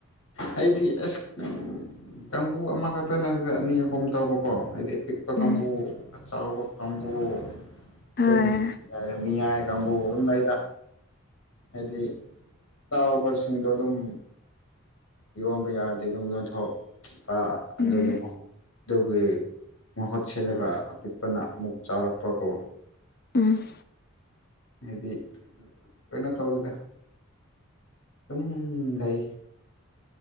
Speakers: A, on the left; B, on the left.
A: ꯑꯩꯗꯤ ꯑꯁ ꯎꯝ ꯀꯥꯡꯕꯨ ꯑꯃꯈꯛꯇ ꯅꯠꯇꯅ ꯑꯅꯤ ꯑꯍꯨꯝ ꯇꯧꯕꯀꯣ ꯍꯥꯏꯗꯤ ꯄꯤꯛ ꯄ
B: ꯎꯝ
A: ꯀꯥꯡꯕꯨ ꯑꯆꯧꯕ ꯀꯥꯡꯕꯨ ꯑꯗꯨꯝ
B: ꯍꯣꯏ
A: ꯌꯥꯏ ꯃꯤꯌꯥꯏ ꯀꯥꯡꯕꯨ ꯑꯗꯨꯝ ꯂꯩꯗ ꯍꯥꯏꯗꯤ ꯆꯥꯎꯕꯁꯤꯡꯗꯣ ꯑꯗꯨꯝ ꯌꯣꯟꯕ ꯌꯥꯔꯗꯤ ꯑꯗꯨꯝ ꯌꯣꯟꯊꯣꯛꯄ ꯑꯗꯨꯒꯤ
B: ꯎꯝ
A: ꯃꯨꯛ ꯑꯗꯨꯒꯤ ꯃꯍꯨꯠ ꯁꯤꯜꯂꯒ ꯑꯄꯤꯛꯄꯅ ꯑꯃꯨꯛ ꯆꯥꯎꯔꯛꯄꯀꯣ
B: ꯎꯝ
A: ꯍꯥꯏꯗꯤ ꯀꯩꯅꯣ ꯇꯧꯗꯦꯗ ꯑꯗꯨꯝ ꯂꯩ